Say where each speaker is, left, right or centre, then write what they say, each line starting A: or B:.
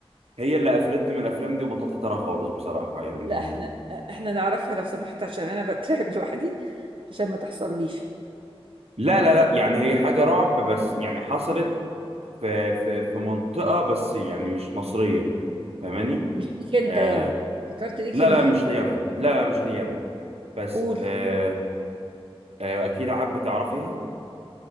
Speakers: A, on the right; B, on the right.
A: هي اللي قفلتني من الافلام دي وبطلت اتابعها خالص بصراحة يعني
B: لا احنا احنا نعرفها لو سمحت عشان انا بترعب <laughs> لوحدي عشان ما تحصليش
A: لا لا لا يعني هي حاجة رعب بس يعني حصلت في في في منطقة بس يعني مش مصرية فاهماني
B: مش ليك انت
A: آه
B: يعني فكرت ليك
A: لا
B: انت
A: لا مش ليا انا لا لا مش ليا انا بس
B: قول
A: آه آه، اكيد حابه تعرفيها